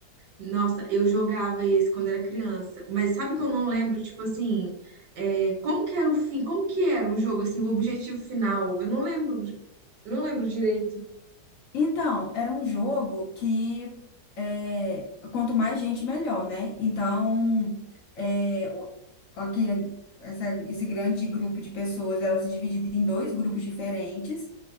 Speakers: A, on the right; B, on the left.
A: Nossa, eu jogava esse quando era criança, mas sabe que eu não lembro, tipo assim, é, como que era o fim, como que era o jogo, assim, o objetivo final? Eu não lembro, não lembro direito.
B: Então, era um jogo que é, quanto mais gente, melhor, né? Então, é, o- aqui, essa- esse grande grupo de pessoas, era se dividido em dois grupos diferentes.